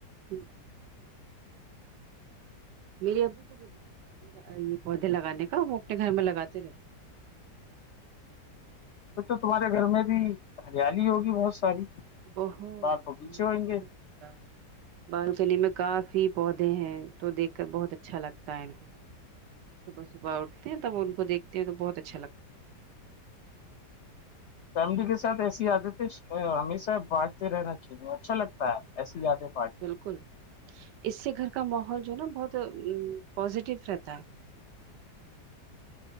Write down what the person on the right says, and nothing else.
جی <unintelligible> میری ابو کو بھی یہ پودے لگانے کا وہ اپنے گھر میں لگاتے رہتے
بہتچ
ہچ
<unintelligible> بالکنی میں کافی پودے ہیں تو دیکھ کر بہت اچھا لگتا ہے ان کو صبح صبح اٹھتے ہیں تب ان کویکھتے ہیں تو بہت اچھا لتا ہے
ہے۔ بالکل اس سے گھر کا ماحول جو ہے نا بہت پازیٹیو رہتا ہے